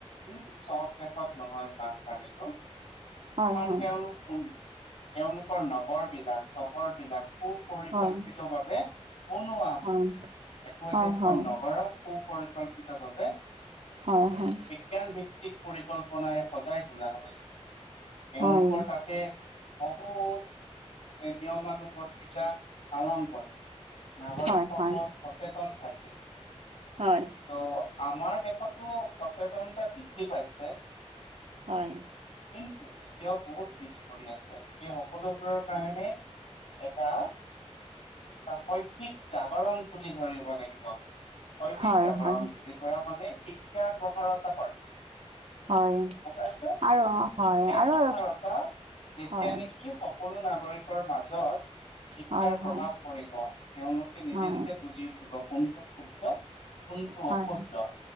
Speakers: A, on the left (about 65°); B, on the right (about 70°).
A: উম, চব দেশত নহয় বানপানীটো
B: হয়,
A: কাৰণ
B: হয়,
A: তেওঁলোক উ, তেওঁলোকৰ নগৰ বিলাক চহৰ বিলাক খুব পৰিকল্পিতভাৱে
B: হয়,
A: বনোৱা হৈছে
B: হয়,
A: একো
B: হয়,
A: একোখন
B: হয়,
A: নগৰক সুপৰিকল্পিত ভাৱে
B: হয় হয়
A: বিজ্ঞান ভিত্তিক পৰিকল্পনাৰে সজাই তোলা হৈছে এওঁলোকৰ
B: হয়,
A: তাতে বহুত, নিয়ম মানু বৰ্তিতা পালন কৰে। নাগৰিকসকল
B: হয়, হয়,
A: সচেতন থাকে
B: হয়
A: অ' আমাৰ দেশতো সচেতনতা বৃদ্ধি পাইছে।
B: হয়,
A: কিন্তু এতিয়াও বহুত পিছ পৰি আছে, সেই সকলোবোৰৰ কাৰণে এটা শ-শৈক্ষিক জাগৰণ তুলি ধৰিব লাগিব শৈক্ষিক
B: হয়,
A: জাগৰণ
B: হয়,
A: তুলি ধৰা মানে শিক্ষাৰ প্ৰসাৰতা জাগৰণ
B: হয়,
A: গম পাইছে,
B: আৰু অ',
A: শিক্ষাৰ
B: হয়, আৰু
A: প্ৰসাৰতা
B: হয়,
A: যেতিয়া
B: হয়,
A: নেকি সকলো নাগৰিকৰ মাজত শিক্ষাৰ
B: হয়,
A: প্ৰভাৱ
B: হয়,
A: পৰিব। তেওঁলোকে নিজে
B: হয়,
A: নিজে বুজি উঠ উঠিব কোনটো শুদ্ধ, কোনটো
B: হয়,
A: অশুদ্ধ,